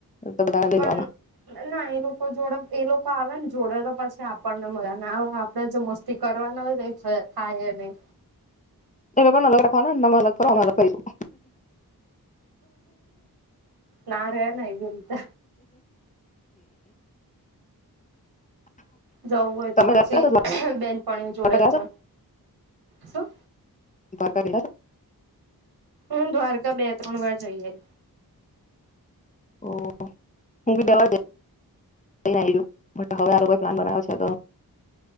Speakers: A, on the left (about 20°); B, on the right (about 75°).
A: તો બધાને લઈ
B: પણ
A: લેવાના
B: ના એ લોકો જોડે એ લોકો આવે ન જોડે તો પછી આપણને મજા ના આવે. આપણેે જો મસ્તી કરવાના હોય તો એ થાય નહી.
A: એ લોકોને અલગ રાખવાના ને અમે અલગ ફરીશું
B: નારે નઈ એવી રીતે. જવું હોય
A: તમે
B: તો પછી
A: ગયા છો
B: બેનપણીઓ
A: દ્વારકા
B: જોડે
A: ગયા
B: જ
A: છો
B: જાઉ.
A: તાં ગયેલા છો.
B: હું દ્વારકા બે-ત્રણ વાર જઈ આઈ.
A: ઓ હું બી બે વાર ગઈ. જઈને આઈ ગયું બટ હવે આ લોકોએ પ્લાન બનાવ્યો છે તો